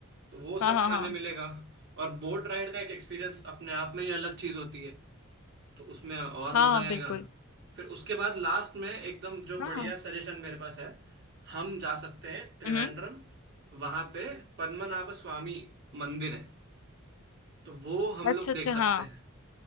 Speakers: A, on the right; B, on the left.
A: तो वो सब
B: हाँ हाँ
A: खाने
B: हाँ
A: मिलेगा और बोट राइड का एक एक्सपीरियंस अपने आप में ही अलग चीज़ होती है तो उसमें और
B: हाँ
A: मजा
B: हाँ
A: आएगा
B: बिल्कुल
A: फिर उसके बाद लास्ट में एकदम जो
B: हाँ
A: बढ़िया
B: हाँ
A: सजेशन मेरे पास है हम जा सकते हैं त्रिवेंद्रम
B: हम्म
A: वहां पे पद्मनाभ स्वामी मंदिर है तो वो हम
B: अच्छा
A: लोग देख
B: अच्छा
A: सकते
B: हाँ
A: हैं